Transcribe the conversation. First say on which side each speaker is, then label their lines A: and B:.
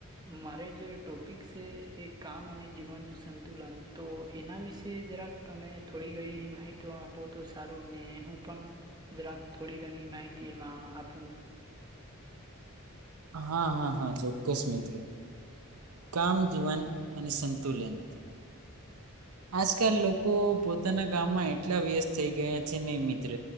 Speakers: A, on the right (about 20°); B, on the right (about 85°).
A: મારે જે ટોપિક શે એ કામ અને જીવનનું સંતુલન, તો એના વિશે જરાક તમે થોડી ઘણી માહિતી આપો તો સારું ને હું પણ જરાક થોડી ઘણી માહિતી એમાં આપું.
B: હા-હા-હા. ચોક્કસ મિત્ર, કામ જીવન અને સંતુલન આજકાલ લોકો પોતાના કામમાં એટલા વ્યસ્ત થઈ ગયા છે ને મિત્ર